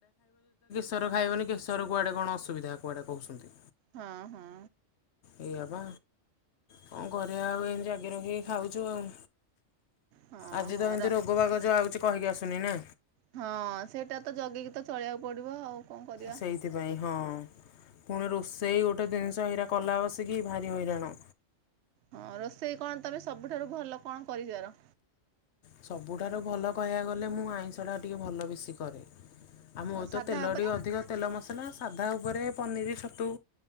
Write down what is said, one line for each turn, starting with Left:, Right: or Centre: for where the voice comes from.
Left: ଶର ଖାଇବନି କେଶର କୁଆଡେ କଣ ଅସୁବିଧା କୁଆଡେ କୋହୁଚନ୍ତି।
Right: ହଁ ହଁ।
Left: ଏଇଆ ପା କଣ କରିବା ଆଉ ଏଇନୁ ଜଗି ରଖିକି ଖାଉଚୁ ଆଉ।
Right: ହଁ
Left: ଆଜି
Right: ହଁ
Left: ତ ଏମତି
Right: ର
Left: ରୋଗ ବାଗ ଯୋଉ ଆଉଚି କହିକି ଆସୁନି ନା।
Right: ହଁ ସେଇଟା ତ ଜଗିକି ତ ଚଳିବାକୁ ପଡିବ ଆଉ। କଣ କରିବା
Left: ସେଇଥି ପାଇଁ ହଁ। ପୁଣି ରୋଷେଇ ଗୋଟେ ଜିନିଷ ହେଇରା କଲା ବସିକି ଭାରି ହଇରାଣ।
Right: ହଁ ରୋଷେଇ କଣ ତମେ ସବୁଠାରୁ ଭଲ କଣ କରିଯାର?
Left: ସବୁଠାରୁ ଭଲ କହିବାକୁ ଗଲେ ମୁଁ ଆଇଁଷଟା ଟିକେ ଭଲ ବେଶୀ କରେ। ଆଉ ମୋର ତ
Right: ସାଧା
Left: ତେଲ
Right: ଉପରେ
Left: ଟିକେ ଅଧିକ ତେଲ ମସଲା ସାଧା ଉପରେ ପନିର ଛତୁ